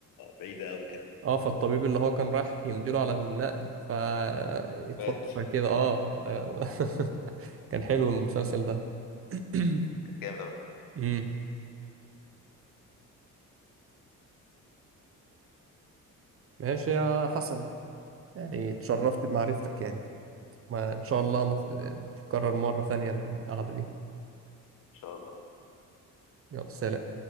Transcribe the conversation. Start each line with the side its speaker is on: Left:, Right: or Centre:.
Left: بعيدة أوي كده
Right: اه فالطبيب اللي هو كان رايح يمديله على النقل فاتوفى
Left: مات
Right: كده اه ده <laughs> كان حلو المسلسل ده <coughs>
Left: جامد أوي
Right: <clears throat> امم ماشي يا حسن يعني اتشرفت بمعرفتك يعني ما ان شاء الله ما تت-
Left: والله
Right: تتكرر مرة ثانية القعدة دي
Left: إن شاء الله
Right: يلا سلام